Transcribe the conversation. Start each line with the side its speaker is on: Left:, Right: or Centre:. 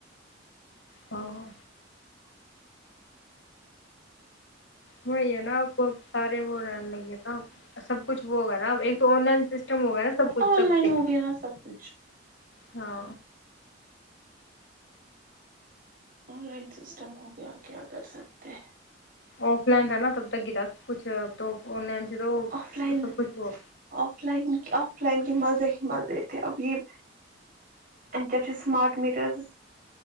Left: ہاں ہاں وہی ہے نا آپ کو سارے وہ رہنے لگے تھا سب کچھ وہ ہوگا نا ا ایک تو آن لائن سسٹم ہوگا نا سب کچھ
Right: آن
Left: سب
Right: لائن
Left: سے
Right: ہو گیا نا سب کچھ
Left: ہاں
Right: آن لائن سسٹم ہو گیا کیا کر سکتے ہیں
Left: آف لائن تھا نا تب تک گراب کچھ اب تو آن لائن سے تو
Right: آف لائن
Left: سب کچھ ہو
Right: آف لائن آف لائن کے مزے ہی مزے تھے اب یہ ا جب سے سمارٹ میٹرزز